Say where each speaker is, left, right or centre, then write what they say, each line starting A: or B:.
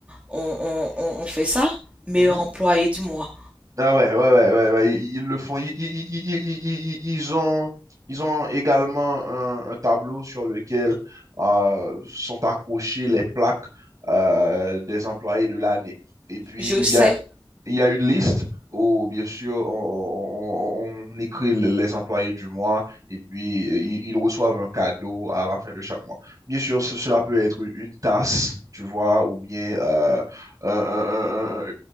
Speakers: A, on the right (about 15°); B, on the right (about 40°).
A: on, on, on fait ça, meilleur
B: Mhm.
A: employé du mois.
B: Ah ouais, ouais, ouais, ouais, ouais, Ils, ils le font. Ils, ils- ils- ils- ils- ils- ils ont, ils ont également un, un tableau sur lequel euh, sont accrochées les plaques euh, des employés de l'année. Et puis,
A: Je
B: il
A: sais,
B: y a il y a une liste où, bien sûr, on, on- on écrit les employés du mois et puis euh, ils, ils reçoivent un cadeau à la fin de chaque mois. Bien sûr, ce- cela peut être une tasse, tu vois, ou bien euh, un- un- un- un-